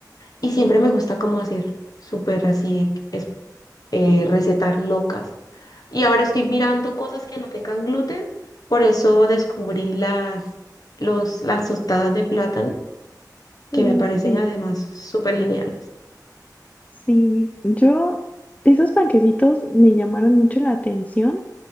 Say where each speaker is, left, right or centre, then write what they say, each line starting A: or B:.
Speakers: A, on the left; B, on the left.
A: y siempre me gusta como hacer súper así, es- eh, recetar locas. Y ahora estoy mirando cosas que no tengan gluten, por eso descubrí las, los, las tostadas de plátano
B: Uy,
A: que me parecen
B: sí,
A: además súper geniales.
B: sí. Yo, esos panquecitos me llamaron mucho la atención,